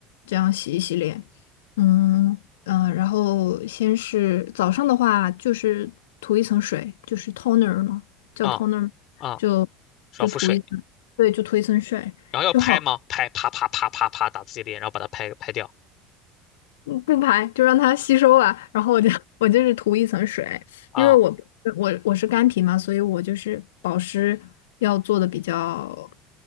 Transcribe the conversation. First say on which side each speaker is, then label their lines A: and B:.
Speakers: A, on the left; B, on the left.
A: 这样洗一洗脸。嗯嗯、呃然后先是早上的话，就是涂一层水，就是 toner 嘛，叫
B: 啊、
A: toner，
B: 啊、
A: 就
B: 少肤水，
A: 就涂一层，对，就涂一层水。
B: 然后要拍吗？
A: 就好。
B: 拍，啪啪啪啪啪打自己脸，然后把它拍拍掉。
A: 嗯不排，就让它吸收啊。然后我就 <laughs> 我就是涂一层水，
B: 啊、
A: 因为我我我是干皮嘛，所以我就是保湿要做的比较